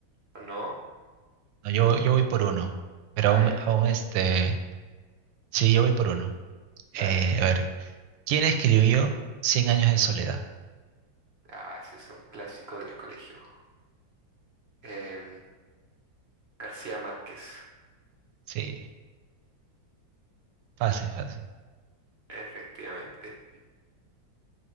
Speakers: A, on the right; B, on the right.
A: ¿O no?
B: no, yo, yo voy por uno. Pero
A: Ah,
B: aún,
A: ya.
B: aún este. Sí, yo voy por uno.
A: Dale.
B: Eh, a ver, ¿quién escribió Cien años de soledad?
A: Ah, ese es un clásico del colegio. Em, García Márquez,
B: Sí, fácil, fácil.
A: efectivamente.